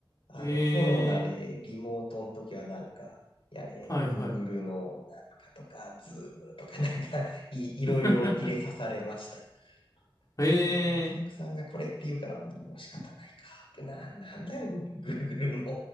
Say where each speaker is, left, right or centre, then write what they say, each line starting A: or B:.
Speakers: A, on the left; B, on the left.
A: あの、
B: え
A: コロナでリモートの時はなんか、やれ、
B: ー、はいはい。
A: Google のなんかとか、Zoom とかなんかい、いろいろ入れさされました。
B: <laughs> え
A: お客さんがこれって言うから、
B: ー、
A: もう仕方ないかってな、なんだよ、Google の